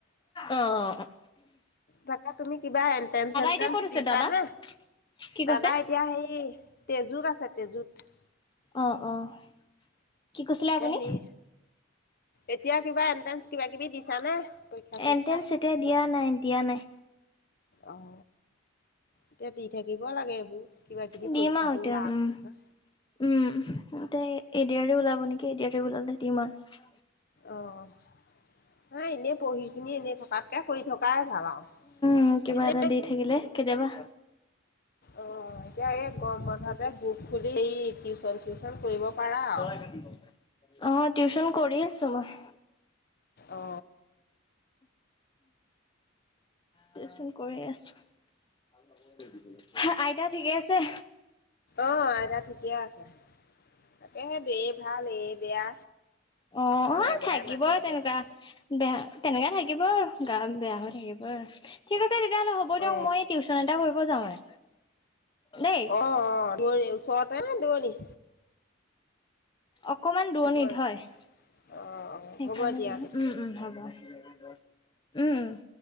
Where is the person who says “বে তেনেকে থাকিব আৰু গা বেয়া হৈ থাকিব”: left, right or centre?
Left